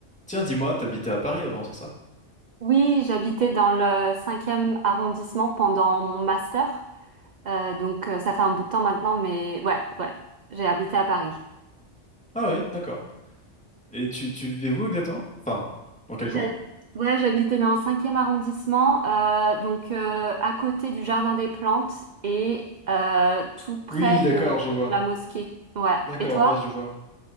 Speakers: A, in the centre; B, on the right (about 45°).
A: Tiens, dis-moi, t'habitais à Paris avant, c'est ça?
B: Oui, j'habitais dans le cinquième arrondissement pendant mon master. Euh, donc euh, ça fait un bout de temps maintenant, mais ouais, ouais, j'ai habité à Paris.
A: Ah oui, d'accord. Et tu, tu vivais où exactement? Enfin, dans quel
B: J'ai-
A: coin?
B: Ouais, j'habitais dans le cinquième arrondissement, euh, donc euh, à côté du Jardin des Plantes et euh, tout près
A: Oui, d'accord,
B: de
A: je vois.
B: la mosquée. Ouais.
A: D'accord,
B: Et toi?
A: ouais, je vois.